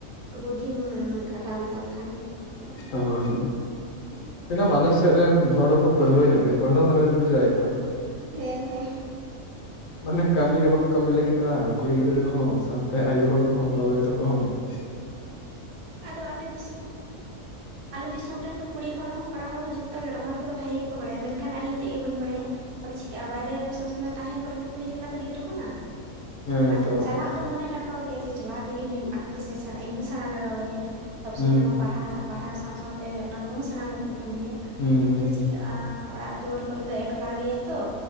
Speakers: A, on the right (about 85°); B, on the left (about 70°).
A: ᱵᱩᱨᱫᱷᱤᱢ ᱠᱷᱟᱴᱟᱣ ᱞᱮᱛᱟᱢ ᱠᱷᱟᱱᱜᱮ ᱾
B: <unintelligible> ᱢᱮᱰᱟᱢ ᱟᱞᱮ ᱥᱮᱜ ᱨᱮᱱ ᱦᱚᱲ ᱦᱚᱸᱠᱚ ᱯᱟᱹᱲᱦᱟᱹ ᱧᱚᱜ ᱜᱮᱭᱟ ᱯᱟᱹᱲᱦᱟᱹ ᱢᱟᱱᱮ ᱵᱩᱡ ᱫᱟᱲᱮᱭᱟᱜ ᱠᱟᱱᱟ ᱛᱚ ᱾
A: ᱦᱮᱸ ᱦᱮᱸ
B: ᱢᱟᱱᱮ ᱠᱟᱹᱢᱤ ᱜᱮ ᱵᱟᱠᱚ ᱠᱟᱹᱢᱤ ᱞᱟᱹᱜᱤᱫᱚᱜᱼᱟ ᱠᱩᱲᱤ ᱜᱤᱫᱽᱨᱟᱹ ᱠᱚᱦᱚᱸ ᱥᱟᱶᱛᱮ ᱟᱭᱳ ᱦᱚᱲ ᱠᱚᱦᱚᱸ ᱵᱟᱵᱟ ᱟᱭᱳ ᱛᱟᱠᱚ ᱦᱚᱸ ᱾ <inaudible>
A: ᱟᱫᱚ ᱟᱞᱮ ᱫᱤᱥᱚᱢ ᱟᱞᱮ ᱫᱤᱥᱚᱢ ᱨᱮᱱ ᱫᱚ ᱠᱩᱲᱤ ᱦᱚᱲ ᱦᱚᱸ ᱠᱚᱲᱟ ᱦᱚᱲ ᱦᱚᱸ ᱡᱷᱚᱛᱚ ᱜᱮ ᱨᱚᱦᱚᱭ ᱠᱚᱫᱚ ᱵᱷᱟᱜᱮ ᱜᱮᱠᱚ ᱵᱟᱲᱟᱭᱟ ᱢᱮᱱᱠᱷᱟᱱ ᱟᱹᱞᱤᱧ ᱛᱮᱜ ᱜᱮ ᱵᱟᱹᱧ ᱵᱟᱲᱟᱭᱟ ᱾ ᱟᱫᱚ ᱪᱤᱠᱟᱹᱜ-ᱟ ᱵᱟᱭᱨᱮ ᱨᱮ ᱥᱚᱵᱽ ᱥᱚᱢᱚᱭ ᱛᱟᱦᱮᱸ ᱯᱟᱹᱨᱠᱟᱣ ᱦᱩᱭ ᱠᱟᱱᱟ ᱛᱚ ᱜᱤᱫᱽᱨᱟᱹ ᱠᱷᱚᱱᱟᱜ ᱾
B: ᱦᱮᱸ
A: ᱟᱫᱚ
B: ᱛᱚ
A: ᱪᱟᱞᱟᱜ ᱫᱚ ᱢᱚᱱᱮ ᱰᱟᱠᱟᱣ ᱜᱮᱭᱟ ᱡᱮ ᱪᱟᱞᱟᱣ ᱛᱮᱜᱮ ᱦᱩᱭᱩᱜ-ᱟ ᱦᱮᱸᱥᱮ ᱥᱮ ᱤᱧ ᱦᱚᱸ ᱥᱮᱬᱟ ᱞᱟᱜᱟᱣ ᱤᱧᱟᱹ ᱾ ᱥᱚᱵᱽ
B: ᱦᱩᱸ
A: ᱥᱚᱢᱚᱭ ᱢᱟ
B: ᱦᱩᱸ
A: ᱯᱟᱲᱦᱟᱣ ᱯᱟᱲᱦᱟᱣ ᱥᱟᱶ ᱥᱟᱶᱛᱮ ᱚᱱᱟ ᱠᱚᱦᱚᱸ ᱥᱮᱬᱟ ᱞᱟᱹᱠᱛᱤ ᱠᱟᱱ ᱜᱮᱭᱟ
B: ᱦᱩᱸ ᱦᱩᱸ
A: ᱟᱫᱚ ᱪᱤᱠᱟᱹᱜ-ᱟ ᱾ ᱟ ᱚᱲᱟᱜ ᱫᱩᱣᱟᱹᱨ ᱠᱚᱨᱮ ᱫᱚ ᱮᱠᱞᱟ ᱜᱮᱭᱟ ᱛᱚ